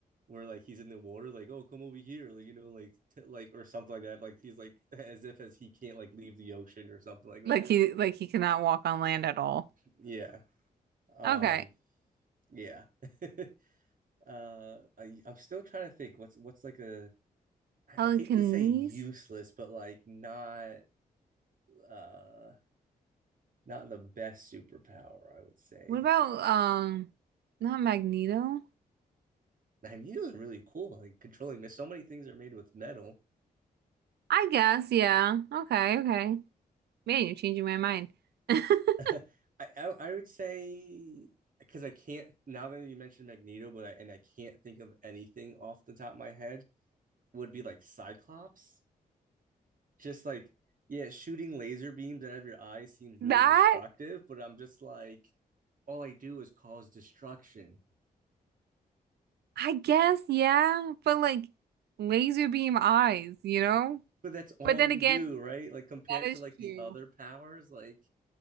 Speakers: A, on the right; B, on the right.
A: where like he's in the water like oh come over here like, you know like t like or something like that like he's like <laughs> as if as he can't like leave the ocean or something like
B: Like
A: that.
B: he like he cannot walk on land at all.
A: Yeah. Um
B: Okay.
A: yeah. <laughs> Uh I I'm still trying to think what's what's like a I
B: Telekinesis?
A: I hate to say useless but like not uh not the best superpower I would say.
B: What about um not Magneto?
A: I needle is really cool. Like controlling mist. So many things are made with metal.
B: I guess, yeah. Okay, okay. Man, you're changing my mind. <laughs>
A: <laughs> I, I I would say because I can't now that you mentioned Magneto, but I and I can't think of anything off the top of my head would be like Cyclops. Just like yeah, shooting laser beams out of your eyes seems really
B: That
A: destructive, but I'm just like all I do is cause destruction.
B: I guess, yeah, but like laser beam eyes, you know?
A: But that's all
B: But then
A: you
B: again,
A: do, right? Like compared
B: that is
A: to like the
B: true.
A: other powers, like